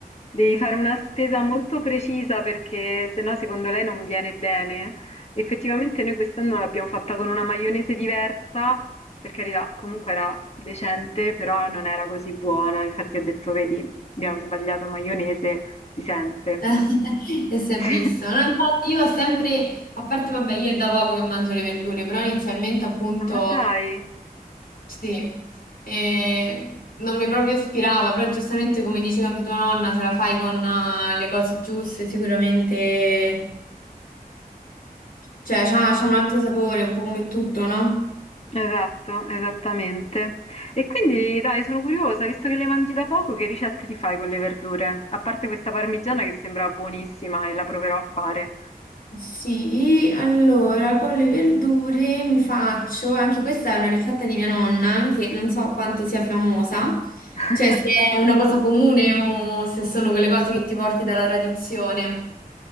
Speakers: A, on the left; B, on the left.
A: devi fare una spesa molto precisa perché sennò secondo lei non viene bene. Effettivamente noi quest'anno l'abbiamo fatta con una maionese diversa, per carità, comunque era decente, però non era così buona. Infatti ho detto, vedi, abbiamo sbagliato maionese, si sente.
B: <laughs> E si
A: <laughs>
B: è
A: Sì.
B: visto, no? Infatti io ho sempre, a parte vabbè, io è da poco che mangio le verdure, però inizialmente appunto
A: Ah, Ma dai.
B: sì, e non mi proprio ispirava, però giustamente come diceva anche tua nonna, se la fai con eh, le cose giuste sicuramente, cioè c'ha c'ha un altro sapore, un po' come tutto, no?
A: Esatto, esattamente. E quindi dai, sono curiosa, visto che le mangi da poco, che ricette ti fai con le verdure? A parte questa parmigiana che sembra buonissima e la proverò a fare.
B: Sì, allora con le verdure mi faccio, anche questa è una ricetta di mia nonna, che non so quanto sia famosa,
A: <laughs>
B: cioè se è una cosa comune o se sono quelle cose che ti porti dalla tradizione.